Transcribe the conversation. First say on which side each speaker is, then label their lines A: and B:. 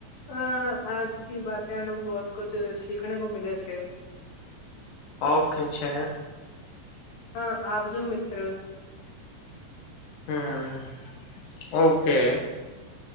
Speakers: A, on the left; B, on the left.
A: હા આજ ક વાતણુ બહત કુછ સીખને કો મલે્યા છે
B: ઓ ખેંચે હ
A: હા આવજો મિત્ર
B: હમ હ <unintelligible>